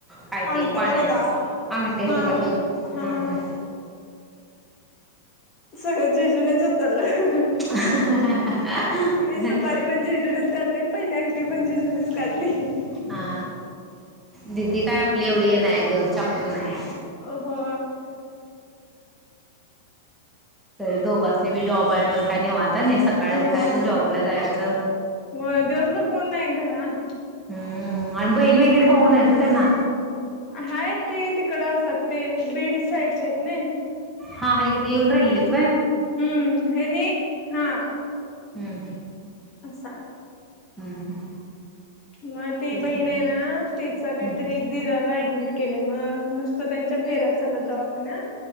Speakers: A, in the centre; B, on the left.
A: काय
B: अंगठया
A: ते पाण्या
B: शोधा
A: अंगठ्या
B: हा
A: शोधा शोध
B: हा
A: हम्म हम्म
B: सगळ जीजुनीचं उचलं
A: <inaudible>
B: सुपारी पण जिजुनीच काढली आणि पहिली अंगटी पण जिजुनीच काढली.
A: हा
B: <inaudible>
A: दिदी काय आपली एवढी हे नाय ग चापटर नाय
B: हो
A: तरी दोघांसनी बी जॉब आहे मग काय निवांत नाही सकाळी उठायचं
B: निवांत
A: जॉबला
B: आहे
A: जायचं.
B: व्हय दिवसभर कोण नाय घरात
A: हम्म आणि बहीण वगैरे भाऊ नाहीत व्हय त्यांना
B: हाय ते तिकड असतात ते बीड साईडचे आहेत नय
A: हा हाय की ते येऊन राहिलेलेत.
B: हूं हेनी हा
A: हम्म
B: आसाय
A: हम्म हम्म
B: मग ती
A: तेच
B: बहीण
A: म्हटलं
B: आहे ना, तिचा काहीतरी
A: हम्म
B: दिराला ऍडमिट केलंय मग नुसतं त्यांच्या फेऱ्याच चालल्यात दवाखान्यात.